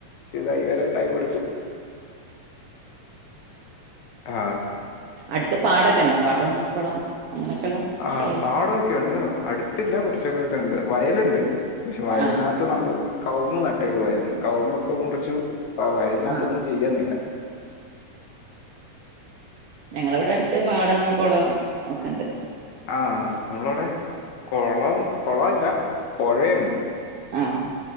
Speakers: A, on the left; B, on the right.
A: ഇതായിവരാൻ ടൈം എടുക്കും ആ
B: അട്ത്ത് പാടാക്കെണ്ടാ പാടം കുളം? അങ്ങനെയൊക്കെള്ള
A: ആ
B: ഏരി
A: പാടൊക്കെയുണ്ട് അടുത്തില്ല കുറച്ചകലോട്ട്ണ്ട് വയല്ണ്ട് പഷെ വയലിനാത്ത്
B: ആഹ്
A: നമ്മള് കവുങ്ങ് നട്ടേക്കുവായിരുന്ന്. കവുങ്ങൊക്കെ മുറിച്ചു. പ്പ വയലിനാത്തൊന്നും
B: ആഹ്
A: ചെയ്യ്ന്നില്ല.
B: ഞങ്ങളിവിടെ അടുത്ത് പാടം കൊളം ഒക്കെണ്ട്.
A: ആ നമ്മളവിടെ കൊളം കൊളല്ല പൊഴയുണ്ട്.
B: ആഹ്